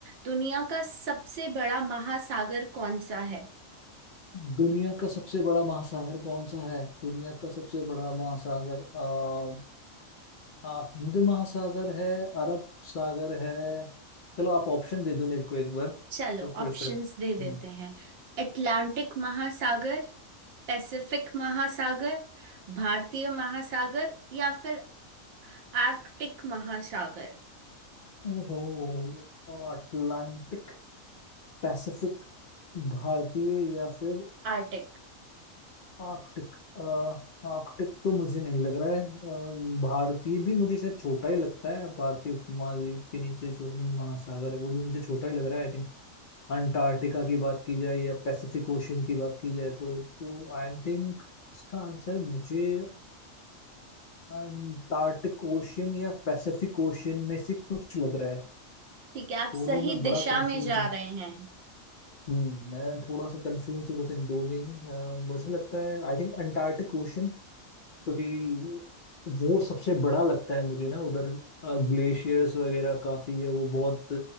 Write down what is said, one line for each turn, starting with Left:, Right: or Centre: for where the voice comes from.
Right: दुनिया का सबसे बड़ा महासागर कौन सा है
Left: दुनिया का सबसे बड़ा महासागर कौन सा है दुनिया का सबसे बड़ा महासागर आ, आ, हिंद महासागर है अरब सागर है चलो आप ऑप्शन दे दो मेरे को एक बार तो
Right: चलो
Left: फिर
Right: ऑप्शंस
Left: शायद
Right: दे देते
Left: हम्म,
Right: हैं अटलांटिक महासागर पैसिफिक महासागर भारतीय महासागर या फिर आर्कटिक महासागर
Left: ओहो अटलांटिक पैसिफिक भारतीय या फिर
Right: आर्टिक
Left: आर्कटिक अ, आर्कटिक तो मुझे नहीं लग रहा है अ, भारतीय भी मुझे शायद छोटा ही लगता है भारतीय उपमहाद्वीप के नीचे जो हिंद महासागर है वो भी मुझे छोटा ही लग रहा है आई थिंक अंटार्कटिका की बात की जाए या पैसिफिक ओशन की बात की जाए तो तो आई थिंक इसका आंसर मुझे अंटार्कटिक ओशन या पैसिफिक ओशन में से कुछ लग रहा है
Right: ठीक है आप
Left: दोनों
Right: सही
Left: में बड़ा
Right: दिशा
Left: कंफ्यूज
Right: में जा
Left: हूँ
Right: रहे हैं
Left: हम्म मैं थोड़ा सा कंफ्यूज हूँ बस इन दो में ही। अ, मुझे लगता है आई थिंक अंटार्कटिक ओशन क्योंकि वो सबसे बड़ा लगता है मुझे ना उधर ग्लेशियर्स वगैरह काफी है वो बहुत